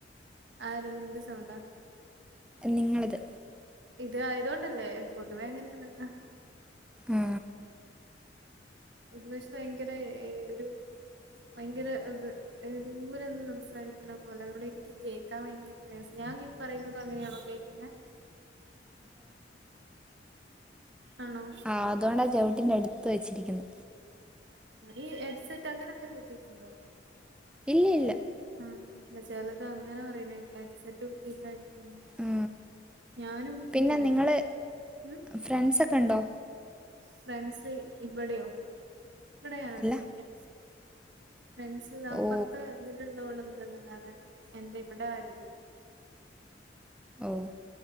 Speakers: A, on the right; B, in the centre.
A: ആര നിന്റെ സൗണ്ടാ
B: നിങ്ങളത്
A: ഇത് ആയതൊണ്ടല്ലേ പൊതുവെ ങ്ങനെയല്ലല്ലാ
B: ആ
A: ഇത് പക്ഷേ ഭയങ്കര ഒരു ഭയങ്കര അത് ദൂര നിന്ന് സം സാരിക്കണ പോലെ അതൊണ്ട് എനിക്ക് കേക്കാൻ ഭയങ്കര പ്രയാസം ഞാനി പറയുന്നുതു അങ്ങനെയാണോ കേൾക്കുന്നെ ആണോ
B: ആഹ് അതൊണ്ടാ ചെവിട്ടിന്റെ അടുത്ത് ഒത്ത് വച്ചിരിക്കുന്ന്
A: ഈ ഹെഡ്സെറ്റ് അങ്ങനെ എന്തെങ്കിലും കുത്തീട്ടുണ്ടോ
B: ഇല്ല ഇല്ല
A: ആ അല്ല ചെലത് അങ്ങനെ പറയ്ന്നേക്കാം ഹെഡ്സെറ്റ് കുത്തിട്ടായിരിക്കു
B: ആ
A: ഞാനും കുത്തീട്ടൊന്നും
B: പിന്നെ നിങ്ങൾ
A: ഇല്ല ഉം
B: ഫ്രണ്ട്സൊക്കെ ഉണ്ടോ
A: ഫ്രണ്ട്സ് ഇവിടെയോ ഇവിടെ ഞാന്
B: അല്ല
A: ഒറ്റയ്ക്ക ഫ്രണ്ട്‌സ് അപ്പുറത്തെ
B: ഓ
A: ഇതില് ന്നോള്ണ്ട് ന്നല്ലാതെ എന്റെ ഇവിടെ ആരൂല്ല
B: ഓ